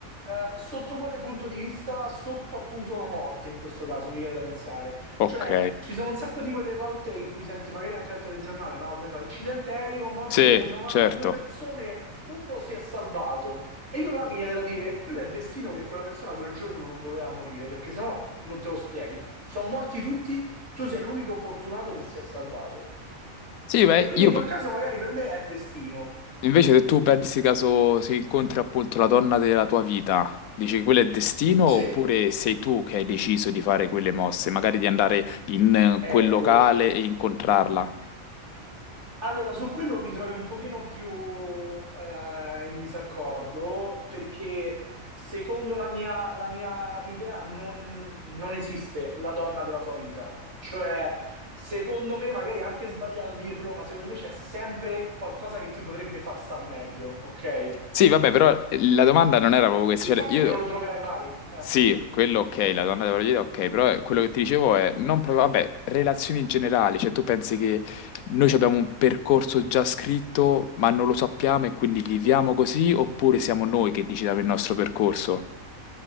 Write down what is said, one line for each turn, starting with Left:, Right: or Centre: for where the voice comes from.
Right: eh, sotto quale punto di vista? Sotto appunto la morte, in questo caso, mi viene da pensare.
Left: Ok,
Right: Cioè, ci sono un sacco di quelle volte in cui senti magari anche al telegiornale, no? Che ne so, incidente aereo, morte
Left: sì,
Right: 92
Left: certo.
Right: persone, uno si è salvato. E io là mi viene da dire, quello è destino che quella persona quel giorno non doveva morire, perché sennò non te lo spieghi. Sono morti tutti, tu sei l'unico fortunato che si è salvato.
Left: Sì, beh,
Right: E quindi
Left: io
Right: in quel
Left: p-
Right: caso magari per me è destino.
Left: invece se tu pensi caso si incontri appunto la donna della tua vita, dici quello è destino
Right: Sì,
Left: oppure sei tu che hai deciso di fare quelle mosse, magari di andare in eh,
Right: ecco,
Left: quel locale e incontrarla?
Right: Allora, su quello mi trovi un pochino più eh, in disaccordo perché secondo la mia, la mia idea non, non esiste la donna della tua vita. Cioè, secondo me, magari è anche sbagliato dirlo, ma secondo me c'è sempre qualcosa che ti potrebbe far star meglio, ok? Eh,
Left: Sì, vabbè, però eh, la domanda non era proprio questa,
Right: il fatto
Left: cioè io
Right: è che non lo troverai mai. eh.
Left: Sì, quello ok, la donna della vita ok, però eh, quello che ti dicevo è, non proprio, vabbè, relazioni generali, cioè tu pensi che noi ci abbiamo un percorso già scritto, ma non lo sappiamo e quindi viviamo così, oppure siamo noi che decidiamo il nostro percorso?